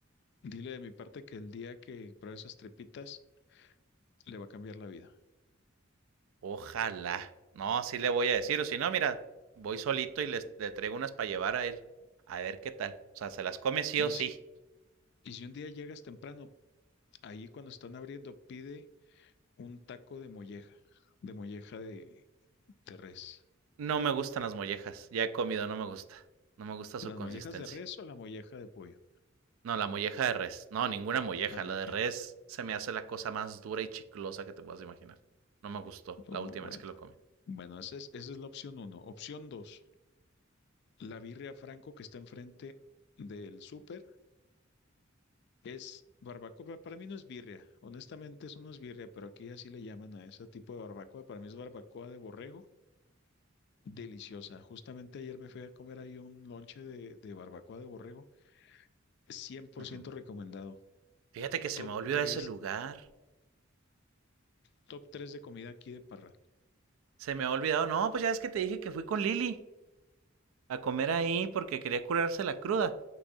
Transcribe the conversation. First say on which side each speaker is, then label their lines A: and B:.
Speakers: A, on the left; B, on the right.
A: Dile de mi parte que el día que pruebe esas tripitas le va a cambiar la vida.
B: Ojalá. No, sí le voy a decir, o si no, mira, voy solito y les, le traigo unas para llevar a él. A ver qué tal. O sea, se las come sí
A: Y
B: o sí.
A: si, y si un día llegas temprano, ahí cuando están abriendo, pide un taco de molleja, de molleja de, de res.
B: No me gustan las mollejas. Ya he comido, no me gusta. No me gusta su
A: ¿Las
B: consistencia.
A: mollejas de res o la molleja de pollo?
B: No, la molleja de res. No, ninguna molleja.
A: Ah,
B: La
A: ok.
B: de res se me hace la cosa más dura y chiclosa que te puedas imaginar. No me gustó
A: Oh,
B: la última
A: bueno.
B: vez que lo comí.
A: Bueno, esa es, esa es la opción uno. Opción dos, la birria Franco que está enfrente del súper es barbacoa. Para mí no es birria. Honestamente, eso no es birria, pero aquí así le llaman a ese tipo de barbacoa. Para mí es barbacoa de borrego. Deliciosa. Justamente ayer me fui a comer ahí un lonche de, de barbacoa de borrego. cien por
B: Ujú.
A: ciento recomendado.
B: Fíjate que se
A: Top
B: me olvidó
A: 3
B: ese lugar.
A: top 3 de comida aquí de Parra.
B: Se me ha olvidado. No, pues ya es que te dije que fui con Lili a comer ahí porque quería curarse la cruda.